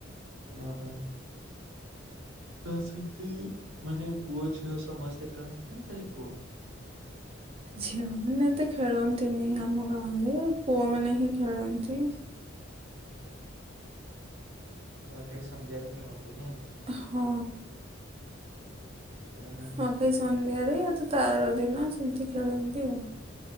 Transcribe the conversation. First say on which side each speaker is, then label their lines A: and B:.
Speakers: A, on the right; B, on the right.
A: ଓହୋଃ। ତ ସେମିତି ମାନେ ପୁଅ, ଝିଅ ସମସ୍ତେ ଖେଳନ୍ତି ନା ଖାଲି ପୁଅ?
B: ଝିଅମାନେ ଏତେ ଖେଳନ୍ତିନି ଆମ ଗାଁରେ ପୁଅମାନେ ହିଁ ଖେଳନ୍ତି।
A: ନୂଆଁଖାଇ ସନ୍ଧ୍ୟାରେ ଖେଳନ୍ତି। ନାଇଁ କି?
B: ହଁ।
A: ହୁଁ ହୁଁ।
B: ହଁ ନୂଆଁଖାଇ ସନ୍ଧ୍ୟାରେ ଆଉ ତା ଆର ଦିନ ସେମିତି ଖେଳନ୍ତି ଆଉ।